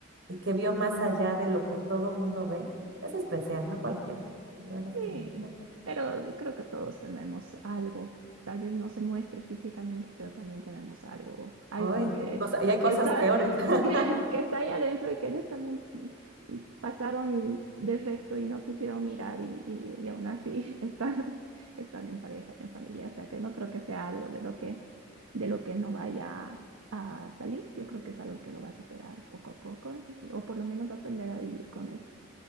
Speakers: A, on the right (about 60°); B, on the right (about 90°).
A: y que vio más allá de lo que todo mundo ve, es especial, no cualquiera. De veras
B: Sí,
A: que no. no cual-
B: pero creo que todos tenemos algo. Tal vez no se muestre físicamente, pero también tenemos algo, algo
A: Ay,
B: que,
A: cosa- y hay cosas
B: que está,
A: peores. <laughs>
B: <laughs> que, que está ahí adentro y que ellos también pasaron de recto y no quisieron mirar y, y, y aún así <laughs> están, están en pareja y en familia. O sea que no creo que sea algo de lo que, de lo que no vaya a salir. Yo creo que es algo que lo va a superar poco a poco, y- o por lo menos va a aprender a vivir con eso.